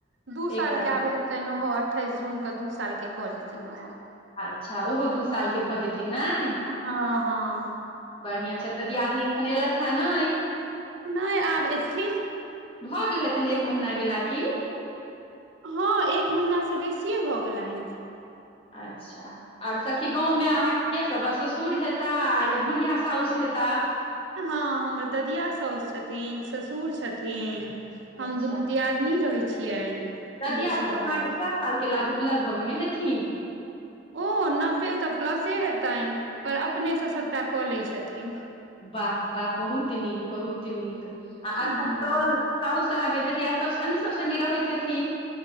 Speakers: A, on the right; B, on the left.
A: दू
B: एकटा
A: साल के
B: बेटा
A: आब हे तेन ओहो अठइस जून के दू साल के भऽ जेथिन ओह
B: अच्छा ओहो दू साल के भऽ जेथिन ने।
A: हँ हँ
B: बढ़िआँ छै तऽ दियादनी एखन अयलथि हेँ नय
A: नय आब एथिन
B: भऽ गेल हेतन एक महीना गेला की
A: हँ एक महिना सँ बेसिये भऽ गेलनि
B: अच्छा आर सखी गाँव में अहाँके के सब ब ससुर हेता आर बुढ़िया साउस हता
A: हँ हमर ददिया सौउसु छथिन ससुर छथिन हम
B: अच्छा
A: दुनू दियादनी रहै छियनि।
B: ददिया
A: रहै छी
B: साह अहाँके
A: गाँवमे
B: कए साल के ल लगभग मे हेथिन
A: ओ नब्बे तऽ प्लसे हेतनि पर अपने सँ सभटा कऽ लैत छथिन।
B: वाह वाह बहुत नीक बहुत नीक आ एखन
A: हूँ
B: त साउस अहाँ के ददिया सौस अही सभ संगे रहैत हेथिन